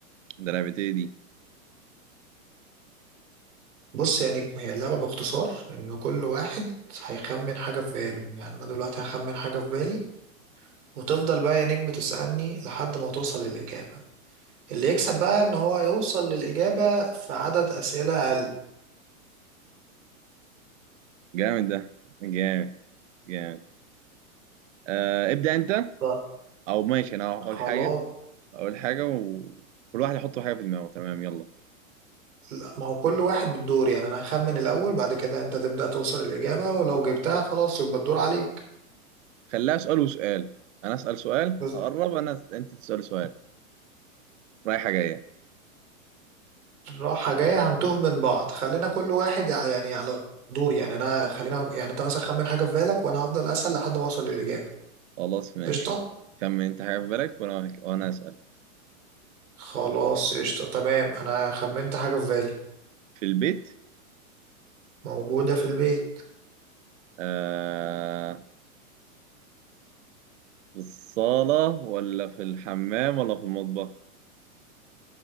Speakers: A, on the right; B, on the right.
A: ده لعبتي دي
B: بص يا نجم هي اللعبة باختصار إن كل واحد هيخمن حاجة في باله يعني أنا دلوقتي هخمن حاجة في بالي وتفضل بقى يا نجم تسألني لحد ما توصل للإجابة اللي يكسب بقى إن هو يوصل للإجابة في عدد أسئلة أقل
A: جامد ده جامد جامد آه ابدأ أنت
B: طيب،
A: أو ماشي أنا هقول
B: خلاص
A: حاجة أقول حاجة وكل واحد يحط حاجة في دماغه تمام يلا
B: لا ما هو كل واحد بالدور يعني انا هخمن الاول بعد كده انت تبدأ توصل الاجابة ولو جبتها خلاص يبقى الدور عليك
A: خليها سؤال وسؤال أنا أسأل سؤال
B: بس-
A: أقرب أنا أنت تسأل سؤال رايحة جاية
B: راحة جاية هنتوه من بعض خلينا كل واحد على يعني على دور يعني انا خلينا يعني انت مثلا خمن حاجة في بالك وانا هفضل اسأل لحد ما اوصل للاجابة
A: خلاص ماشي
B: قشطة
A: خمن أنت حاجة في بالك وأنا وأنا أسأل
B: خلاص قشطة تمام انا خمنت حاجة في بالي
A: في البيت
B: موجودة في البيت
A: آه في الصالة ولا في الحمام ولا في المطبخ